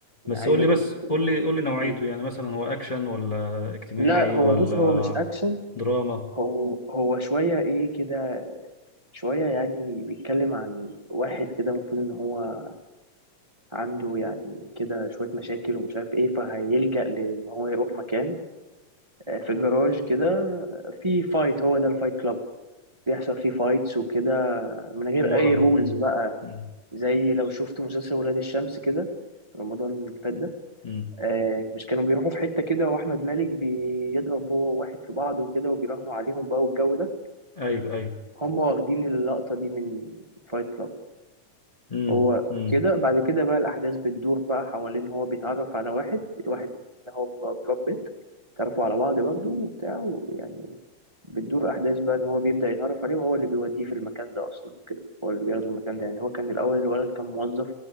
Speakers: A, on the left; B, on the right.
A: بس
B: عايزك
A: قول لي بس
B: ت...
A: قول لي قول لي نوعيته
B: م.
A: يعني مثلا هو اكشن ولا اجتماعي
B: لا هو
A: ولا
B: بص هو مش اكشن
A: دراما
B: هو هو شويه ايه كده شويه يعني بيتكلم عن واحد كده المفروض ان هو عنده يعني كده شويه مشاكل ومش عارف ايه فهيلجأ لان هو يروح مكان آه، في جراج كده آه، في فايت هو ده الفايت كلاب بيحصل فيه فايتس وكده من غير
A: ومراهن
B: اي رولز
A: أمم،
B: بقى
A: أمم،
B: زي لو شفت مسلسل ولاد الشمس كده في رمضان اللي فات ده
A: أمم.
B: آه مش كانوا بيروحوا في حتة كده وأحمد مالك بيضرب هو وواحد في بعض وكده وبيراهنوا عليهم بقى والجو ده
A: ايوه ايوه
B: هم واخدين اللقطة دي من فايت كلاب
A: أمم،
B: هو
A: أمم،
B: كده بعد كده بقى الأحداث بتدور بقى حوالين هو بيتعرف على واحد الواحد ده هو ب- براد بيت تعرفوا على بعض برضو وبتاع ويعني بتدور أحداث بقى إن هو بيبدأ يتعرف عليه وهو اللي بيوديه في المكان ده أصلا وكده هو اللي بياخده المكان ده يعني هو كان الأول الولد كان موظف